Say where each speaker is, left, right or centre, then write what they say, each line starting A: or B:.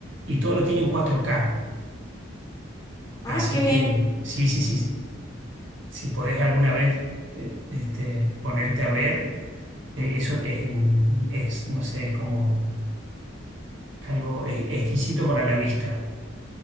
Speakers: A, on the right; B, on the left.
A: y todo lo tiene en cuatro k
B: Ah,
A: Así
B: qué bien.
A: que sí, sí, sí, si podés alguna vez eh, este, ponerte a ver, eh, eso es, mm, es, no sé, es como algo ex- exquisito para la vista.